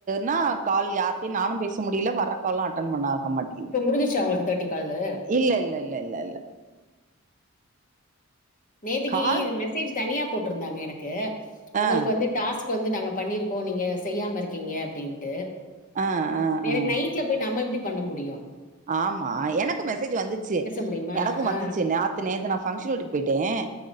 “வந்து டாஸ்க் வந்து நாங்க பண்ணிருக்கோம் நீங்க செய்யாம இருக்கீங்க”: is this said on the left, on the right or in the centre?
Left